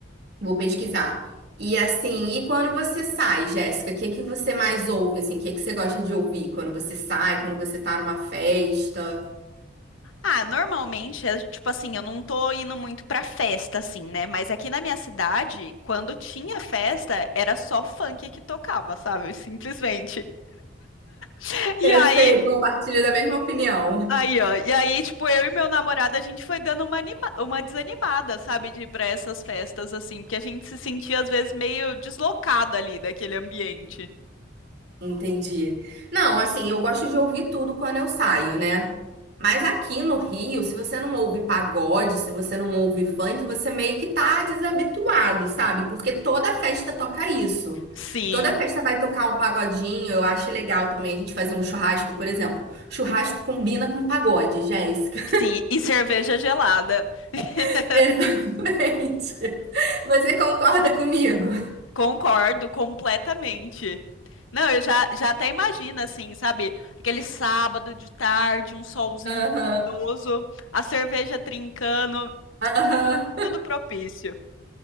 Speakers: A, on the right; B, on the left.
A: Vou pesquisar. E assim, e quando você sai, Jéssica, o que que você mais ouve assim? O que que você gosta de ouvir quando você sai, quando você tá numa festa?
B: Ah, normalmente, é, tipo assim, eu não tô indo muito pra festa, assim, né? Mas aqui na minha cidade, quando tinha festa, era só funk que tocava, sabe? Simplesmente. <laughs>
A: Eu
B: E aí
A: sei, compartilho da mesma opinião.
B: Aí, ó. E aí, tipo, eu e meu namorado, a gente foi dando uma, anima- uma desanimada, sabe, de ir pra essas festas, assim, porque a gente se sentia, às vezes, meio deslocado ali daquele ambiente.
A: Entendi. Não, assim, eu gosto de ouvir tudo quando eu saio, né? Mas aqui no Rio, se você não ouve pagode, se você não ouve funk, você meio que tá desabituado, sabe? Porque toda festa toca isso.
B: Sim,
A: Toda festa vai tocar um pagodinho, eu acho legal também a gente fazer um churrasco, por exemplo. Churrasco combina com pagode, Jéssica.
B: sim. E cerveja gelada. <laughs>
A: <laughs> Exatamente. Você concorda comigo?
B: Concordo completamente. Não, eu já, já até imagino, assim, sabe, aquele sábado de tarde, um solzinho
A: Aham.
B: gostoso, a cerveja trincando,
A: Aham.
B: tudo propício.